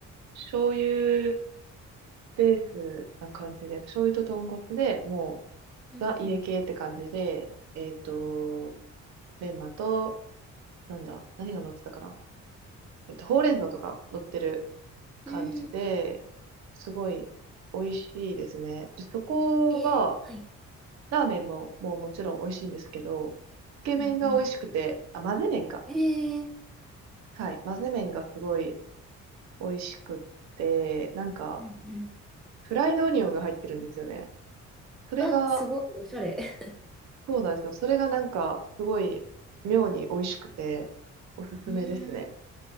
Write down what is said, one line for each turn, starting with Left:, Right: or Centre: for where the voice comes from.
Right: 醤油ベースな感じで、醤油と豚骨で、もう、
Centre: うん
Right: ザ家系って感じで、えっと、メンマと、なんだ、何が乗ってたかなえっと、ほうれん草とか乗ってる感じで、
Centre: うん。うーん、
Right: すごい美味しいですね。で、そこは、
Centre: えー、はい。
Right: ラーメンも、もうもちろん美味しいんですけど、つけ麺が美味しくて、
Centre: うんうん。
Right: あ、混ぜ麺か。
Centre: えー、
Right: はい。混ぜ麺がすごい美味しくって、なんか、
Centre: うんうん。
Right: フライドオニオンが入ってるんですよね。それが
Centre: あ、すごい、おしゃれ。<laughs>
Right: そうなんですよ。それがなんか、すごい、妙に美味しくて、おすすめですね。
Centre: うーん。